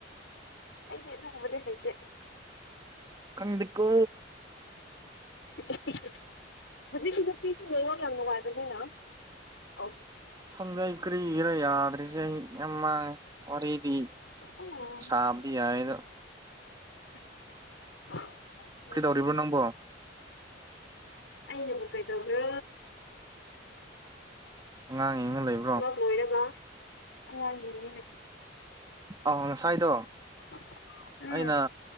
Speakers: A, on the left; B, on the right.
A: ꯑꯩꯗꯤ ꯑꯗꯨꯒꯨꯝꯕꯗꯤ ꯍꯩꯇꯦ
B: ꯈꯪꯗꯦꯀꯣ
A: <unintelligible> ꯍꯧꯖꯤꯛꯁꯤ ꯅꯨꯄꯤ <unintelligible> ꯌꯥꯝ ꯅꯨꯡꯉꯥꯏꯕꯅꯤꯅ ꯑ
B: ꯈꯪꯗꯦ ꯑꯩ ꯀꯔꯤꯒꯤꯔ ꯌꯥꯗ꯭ꯔꯤꯁꯦ ꯑꯩ ꯌꯥꯝ ꯃꯥꯡꯉꯦ ꯋꯥꯔꯤꯗꯤ
A: ꯎꯝ
B: ꯁꯥꯥꯕꯗꯤ ꯌꯥꯌꯦꯗ
A: <unintelligible>
B: ꯈꯩꯗꯧꯔꯤꯕ ꯅꯪꯕꯣ
A: ꯑꯩꯅꯕꯨ ꯀꯩꯗꯧꯕ꯭ꯔꯣ
B: ꯑꯉꯥꯡ ꯌꯦꯡꯉ ꯂꯩꯌꯨ
A: ꯊꯕꯛ ꯂꯣꯏꯔꯒ ꯑꯩ ꯑꯥꯏ ꯗꯤꯒꯤꯅꯦ
B: ꯑꯥ ꯉꯁꯥꯏꯗꯣ
A: <unintelligible>
B: ꯑꯩꯅ